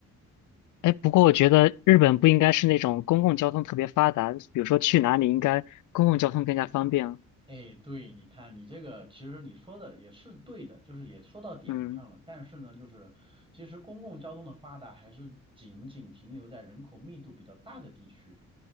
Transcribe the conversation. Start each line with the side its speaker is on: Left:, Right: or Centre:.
Left: 哎，不过我觉得日本不应该是那种公共交通特别发达，比如说去哪里应该公共交通更加方便。
Right: 哎，对，你看你这个，其实你说的也是对的，就是也说到点子上了。
Left: 嗯
Right: 但是呢，就是其实公共交通的发达还是仅仅停留在人口密度比较大的地区。